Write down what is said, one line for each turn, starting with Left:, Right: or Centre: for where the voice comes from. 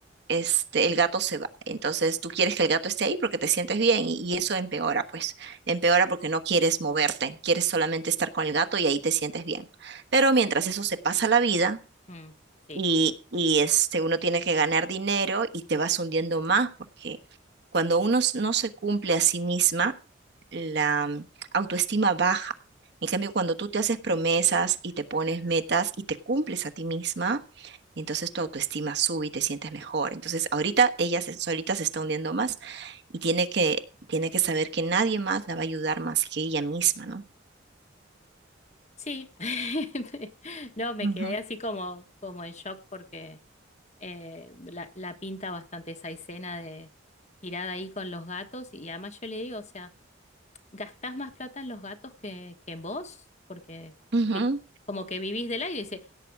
Right: este, el gato se va. Entonces tú quieres que el gato esté ahí porque te sientes bien y, y eso empeora, pues, empeora porque no quieres moverte, quieres solamente estar con el gato y ahí te sientes bien. Pero mientras eso se pasa la vida
Left: Mm, sí,
Right: y, y este, uno tiene que ganar dinero y te vas hundiendo más porque cuando uno s- no se cumple a sí misma, la autoestima baja. En cambio, cuando tú te haces promesas y te pones metas y te cumples a ti misma, entonces tu autoestima sube y te sientes mejor. Entonces, ahorita ella se- solita se está hundiendo más y tiene que, tiene que saber que nadie más la va a ayudar más que ella misma, ¿no?
Left: sí. <laughs> No, me
Right: Ujú,
Left: quedé así como, como en shock porque eh, la, la pinta bastante esa escena de tirada ahí con los gatos y además yo le digo, o sea... gastás más plata en los gatos que, que en vos, porque
Right: ujú.
Left: vi- como que vivís del aire. Dice,